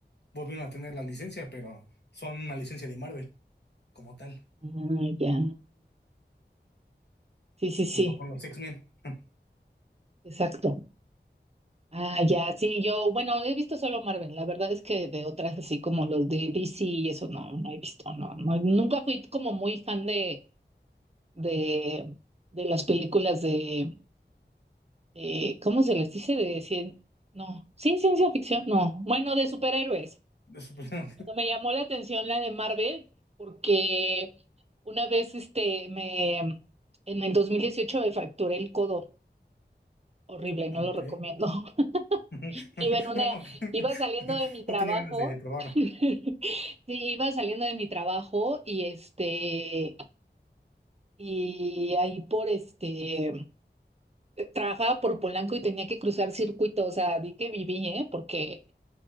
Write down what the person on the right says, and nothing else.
ah, ya. Sí, sí, sí,
exacto. Ah, ya, sí, yo, bueno, he visto solo Marvel, la verdad es que de otras así como los de DC y eso no, no he visto, no, no, nunca fui como muy fan de, de, de las películas de eh, ¿cómo se les dice? De cien, no, sí, ciencia ficción, no, bueno, de superhéroes.
Pero me llamó la atención la de Marvel, porque una vez, este, me, en el 2018 me fracturé el codo, horrible, no
lo recomiendo. <laughs>
Iba en una,
iba saliendo de mi trabajo,
<laughs> sí, iba saliendo de mi trabajo y este... Y ahí por este, trabajaba por Polanco y tenía que cruzar circuito, o sea, di que viví, ¿eh? Porque